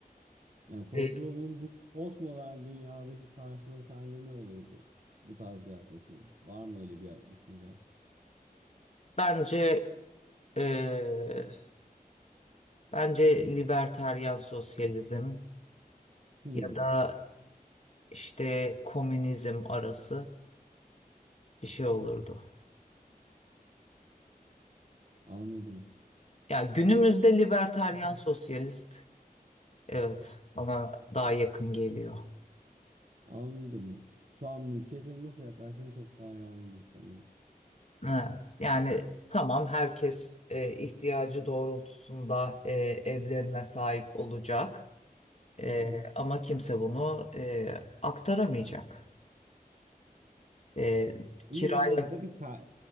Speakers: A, on the right; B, on the left.
A: Yani programın
B: E,
A: bu postmodern dünyadaki karşılığı sence ne olurdu? Bu tarz bir yaklaşımın. Var mı öyle bir düşünce?
B: bence e, bence liberteryan sosyalizm
A: Hmm,
B: ya da işte komünizm arası bir şey olurdu.
A: anladım.
B: Ya günümüzde libertaryen
A: <laughs>
B: sosyalist evet bana daha yakın geliyor.
A: Anladım. Şu an mülkiyete nasıl yaklaştığını çok daha iyi anladım sanırım.
B: Evet yani tamam herkes e, ihtiyacı doğrultusunda e, evlerine sahip olacak E,
A: <laughs>
B: ama kimse bunu e, aktaramayacak. E, kiraya
A: Ama ya ya da bir ter-